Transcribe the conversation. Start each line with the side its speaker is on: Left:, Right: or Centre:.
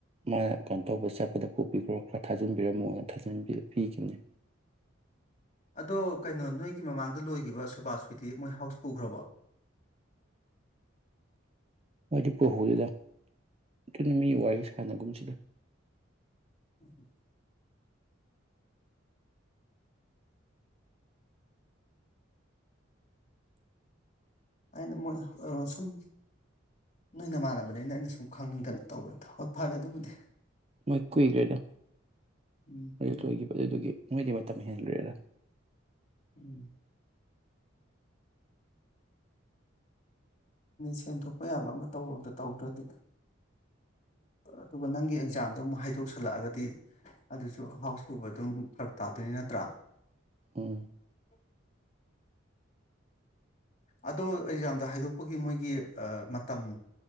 Right: ꯃꯥꯅ ꯀꯩꯅꯣ ꯇꯧꯕ ꯆꯠꯄꯗ ꯄꯨꯕꯤꯈ꯭ꯔꯣ ꯈꯔ ꯊꯥꯖꯤꯟꯕꯤꯔꯝꯃꯣꯅ ꯊꯥꯖꯟ ꯄꯤꯈꯤꯕꯅꯤ
Left: ꯑꯗꯣ ꯀꯩꯅꯣ ꯅꯣꯏꯒꯤ ꯃꯃꯥꯡꯗ ꯂꯣꯏꯈꯤꯕ ꯁꯨꯕꯥꯁ ꯍꯣꯏꯗꯤ ꯃꯣꯏ ꯍꯥꯎꯁ ꯄꯨꯈ꯭ꯔꯕꯣ
Right: ꯃꯣꯏꯗꯤ ꯄꯨꯍꯧꯗꯦꯗ ꯑꯗꯨꯅ ꯃꯤ ꯋꯥꯔꯤ ꯁꯥꯟꯅꯒꯨꯝꯁꯤꯗ
Left: ꯎꯝ ꯑꯩꯅ ꯃꯣꯏ ꯁꯨꯝ ꯅꯣꯏ ꯅꯃꯥꯟꯅꯕꯅꯤꯅ ꯑꯩꯅ ꯁꯨꯝ ꯈꯪꯅꯤꯡꯗꯅ ꯇꯧꯕꯅꯤꯗ ꯍꯣꯏ ꯐꯔꯦ ꯑꯗꯨꯕꯨꯗꯤ
Right: ꯃꯣꯏ ꯀꯨꯏꯈ꯭ꯔꯦꯗ
Left: ꯎꯝ
Right: ꯑꯣꯏꯈꯤꯕ ꯑꯗꯨꯗꯨꯒꯤ ꯃꯣꯏꯗꯤ ꯃꯇꯝ ꯍꯦꯟꯈ꯭ꯔꯦꯗ
Left: ꯎꯝ ꯁꯦꯟ ꯊꯣꯛꯄ ꯌꯥꯕ ꯑꯃꯇ ꯇꯧꯔꯣꯗ ꯇꯧꯗ꯭ꯔꯗꯤ ꯑꯗꯨꯒ ꯅꯪꯒꯤ ꯑꯦꯛꯖꯥꯝꯗꯣ ꯑꯃꯨꯛ ꯍꯥꯏꯗꯣꯛꯁꯜꯂꯛꯑꯒꯗꯤ ꯑꯗꯨꯁꯨ ꯍꯥꯎꯁ ꯄꯨꯕ ꯑꯗꯨꯝ ꯐꯔꯛ ꯇꯥꯗꯣꯏꯅꯤ ꯅꯠꯇ꯭ꯔꯥ
Right: ꯎꯝ
Left: <inaudible> ꯑꯗꯣ ꯑꯦꯛꯖꯥꯝꯗ ꯍꯥꯏꯗꯣꯛꯄꯒꯤ ꯃꯣꯏꯒꯤ ꯃꯇꯝ